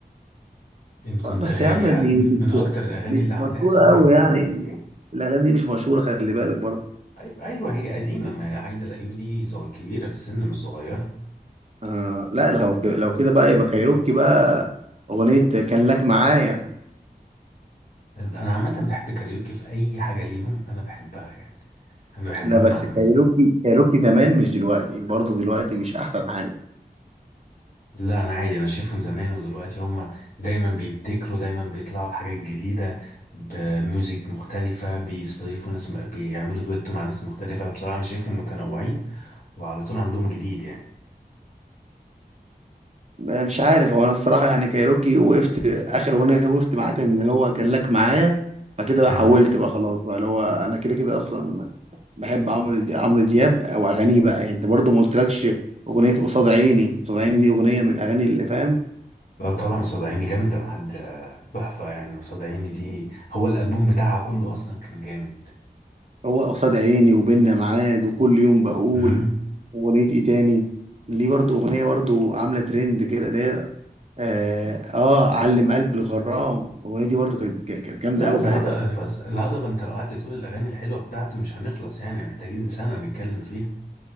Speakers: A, on the left; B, on the right.
A: إن كنت
B: آه بس
A: غالي
B: يا عم
A: على...
B: دي
A: م-
B: مش
A: من أكتر الأغاني
B: مش
A: اللي عاملاها
B: مشهورة
A: اسمها
B: أوي
A: إن كنت
B: يعني
A: إيه
B: الأغاني دي مش مشهورة خلي بالك برضه
A: أيوة, أيوة هي قديمة ما عايدة الأيوبي دي صغ- كبيرة في السن مش صغيرة
B: آه لا لو ك- لو كده بقى يبقى كايروكي بقى أغنية كان لك معايا
A: أنا عامة بحب كاريوكي في أي حاجة ليهم أنا بحبها يعني انا بحبهم
B: لا بس
A: مع
B: كايروكي كايروكي زمان مش دلوقتي برضه دلوقتي مش أحسن حاجة
A: لا انا عادي انا شايفهم زمان ودلوقتي هم دايما بيبتكروا دايما بيطلعوا بحاجات جديده بميوزك مختلفه بيستضيفوا ناس م- بيعملوا دويتو مع ناس مختلفه بصراحه انا شايفهم متنوعين وعلى طول عندهم جديد يعني
B: مش عارف هو انا بصراحه يعني كايروكي وقفت اخر اغنيه وقفت معاه كان اللي هو كان لك معايا فكده بقى
A: امم
B: حولت بقى خلاص بقى اللي هو انا كده كده اصلا بحب عمرو عمرو دياب او اغانيه بقى يعني انت برضو ما قلتلكش اغنيه قصاد عيني قصاد عيني دي اغنيه من الاغاني اللي فاهم
A: لا طبعا صدعيني جامده محد تحفه يعني وصدعيني دي هو الالبوم بتاعها كله اصلا كان جامد
B: هو قصاد عيني وبيننا ميعاد وكل يوم بقول
A: امم
B: اغنيه ايه تاني ليه برضو اغنيه برضو عامله ترند كده اللي هي اه, آه علم قلب الغرام الاغنيه دي برضو كانت كانت جامده
A: لا
B: قوي
A: الهضبه
B: ساعتها
A: فس- الهضبه انت لو قعدت تقول الاغاني الحلوه بتاعته مش هنخلص يعني محتاجين سنه نتكلم فيها